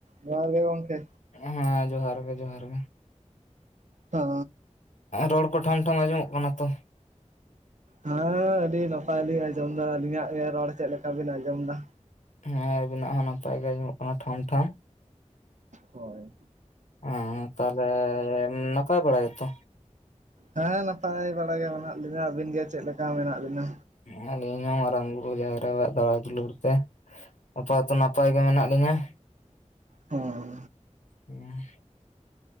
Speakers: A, on the right; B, on the left.
A: ᱡᱚᱦᱟᱨ ᱜᱮ ᱜᱚᱝᱠᱮ᱾
B: ᱦᱮᱸ ᱡᱚᱦᱟᱨ ᱜᱮ ᱡᱚᱦᱟᱨ ᱜᱮ᱾
A: ᱦᱳ
B: ᱨᱚᱲ ᱠᱚ ᱴᱷᱟᱢ ᱴᱷᱟᱢ ᱟᱸᱡᱚᱢᱚᱜ ᱠᱟᱱᱟ ᱛᱚ᱾
A: ᱦᱮᱸ ᱟᱹᱰᱤ ᱱᱟᱯᱟᱭ ᱞᱤᱧ ᱟᱸᱡᱚᱢ ᱫᱟ ᱟᱹᱞᱤᱧᱟᱜ ᱜᱮ ᱨᱚᱲ ᱪᱮᱫ ᱞᱮᱠᱟ ᱵᱤᱱ ᱟᱸᱡᱚᱢ ᱫᱟ᱾
B: ᱦᱮᱸ ᱟᱹᱵᱤᱱᱟᱜ ᱦᱚᱸ ᱱᱟᱯᱟᱭ ᱜᱮ ᱟᱸᱡᱚᱢᱚᱜ ᱠᱟᱱᱟ ᱴᱷᱟᱢ ᱴᱷᱟᱢ᱾
A: ᱦᱳᱭ,
B: ᱚ ᱛᱟᱦᱚᱞᱮ ᱱᱟᱯᱟᱭ ᱵᱟᱲᱟ ᱜᱮᱛᱚ?
A: ᱦᱮᱸ ᱱᱟᱯᱟᱭ ᱵᱟᱲᱟ ᱜᱮ ᱢᱮᱱᱟᱜ ᱞᱤᱧᱟᱹ, ᱟᱹᱵᱤᱱ ᱜᱮ ᱪᱮᱫ ᱞᱮᱠᱟ ᱢᱮᱱᱟᱜ ᱵᱤᱱᱟ?
B: ᱦᱩᱸ ᱟᱞᱤᱧ ᱦᱚᱸ ᱢᱟᱨᱟᱝ ᱵᱩᱨᱩ ᱡᱟᱦᱮᱨ ᱟᱭᱳ ᱟᱜ ᱫᱟᱭᱟ ᱫᱩᱞᱟᱹᱲ ᱛᱮ᱾ ᱟᱯᱟ ᱫᱚᱛᱚ ᱱᱟᱯᱟᱭ ᱜᱮ ᱢᱮᱱᱟᱜ ᱞᱤᱧᱟᱹ᱾
A: ᱦᱩᱸ
B: ᱦᱩᱸ